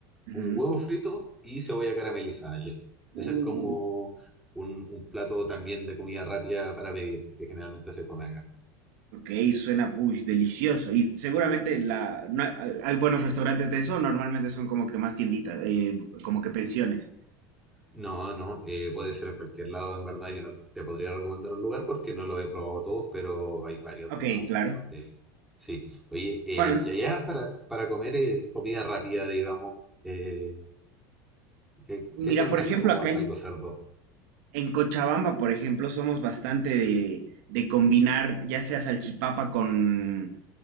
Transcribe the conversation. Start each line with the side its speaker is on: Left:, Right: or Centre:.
Right: Ujú.
Centre: un huevo frito y cebolla caramelizada ya.
Right: Uh,
Centre: Ese es como un, un plato también de comida rápida para pedir, que generalmente se come acá.
Right: Ok, suena push, delicioso. Y seguramente la, no hay, hay buenos restaurantes de eso, normalmente son como que más tienditas, eh, como que pensiones.
Centre: No, no, eh, puede ser en cualquier lado, en verdad. Yo no te te podría recomendar un lugar porque no lo he probado todos, pero hay varios
Right: Ok,
Centre: de digamos,
Right: claro.
Centre: donde sí. Oye, eh,
Right: Bueno,
Centre: y allá para, para comer eh, comida rápida, digamos, eh, ¿qué,
Right: mira,
Centre: qué tienen
Right: por
Centre: así
Right: ejemplo,
Centre: como
Right: acá
Centre: algo
Right: en
Centre: cerdo?
Right: En Cochabamba, por ejemplo, somos bastante de, de combinar ya sea salchipapa con...